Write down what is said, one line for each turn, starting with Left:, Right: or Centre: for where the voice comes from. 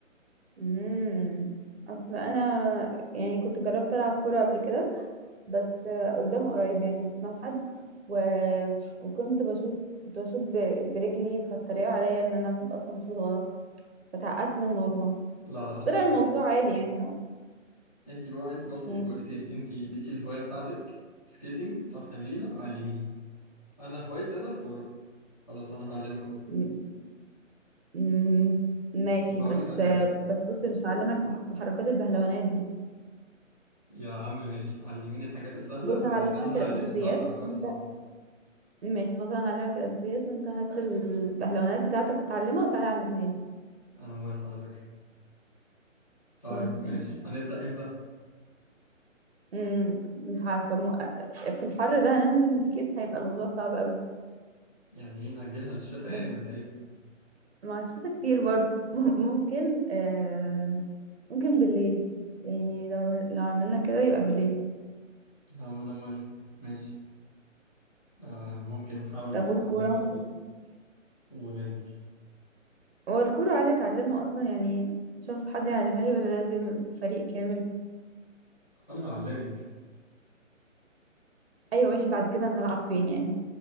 Right: امم اصل انا يعني كنت جربت العب كورة قبل كده بس آه، قدام قريب يعني مش قدام حد و... وكنت بشوط كنت بشوط ب... برجلي فالطريقة عليا ان انا اصلا بشوط غلط فتعقدت من الموضوع
Left: لا لا
Right: بس
Left: انا
Right: طلع الموضوع
Left: ه...
Right: عادي يعني لو-
Left: انت بقى انت بصي
Right: يعني
Left: بقول
Right: كنت
Left: لك ايه انت ليكي الهوايه بتاعتك سكيتنج بتعرفي تعمليها علميني انا هوايتي انا الكوره خلاص انا هعلمك كوره
Right: م- م- ماشي
Left: بقول
Right: بس
Left: لك على حاجه
Right: آه، بس بص مش هعلمك مح- محركات البهلوانات دي
Left: يا عم ماشي علميني الحاجات السهله
Right: بص
Left: وبعد
Right: هعلمك
Left: كده انا
Right: الاساسيات
Left: اعلمك بقى الحركات
Right: وانت
Left: الصعبه
Right: ماشي خلاص انا هعلمك الاساسيات وانت هات البهلوانات بتاعتك وتعلمها وتعالى علمها لي
Left: انا موافق على فكره طيب
Right: خلاص
Left: ماشي
Right: ماشي
Left: هنبدا امتى
Right: امم مش عارفه مو... في الحر ده هننزل نسكيت هيبقى الموضوع صعب قوي
Left: يعني ايه نأجلها للشتاء
Right: بس
Left: يعني ولا ايه
Right: مع الشتا كتير برضو <laughs> ممكن آه... ممكن بالليل يعني لو عمل- لو عملنا كده يبقى بالليل
Left: يا عم أنا موافق ماشي آه ممكن نحاول إن
Right: طب
Left: إحنا
Right: والكوره
Left: نظبطها وننزل
Right: هو الكوره عادي اتعلمها اصلا يعني شخص حد يعلمها لي ولا لازم فريق كامل
Left: أنا هعلمك
Right: ايوه ماشي بعد كده انا هلعب فين يعني